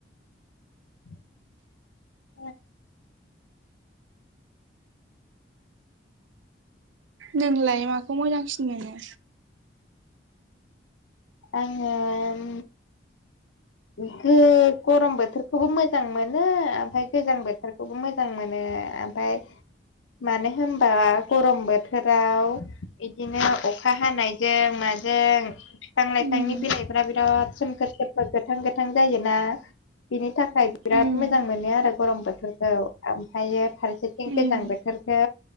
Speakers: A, on the left (about 85°); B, on the right (about 80°).
A: <inaudible>
B: नोंलाय माखौ मोजांसिन मोनो?
A: आंङोम <unintelligible> गरम बोथोरखौबो मोजां मोनो ओमफाय गोजां बोथोरखौबो मोजां मोनो ओमफाय मानो होमबा गरम बोथोराव इदिनो अखा हानायजों मा माजों फिफां लाइफांनि
B: उम
A: बिलाइफोरा बिराद सोमखोर सोमखोर गोथां गोथां जायोना बिनि थाखाय बिराद
B: उम
A: मोजां मोनो आरो गरम बोथोरखौ ओमफायो फारसेथिं गोजां
B: उम
A: बोथोर इखौ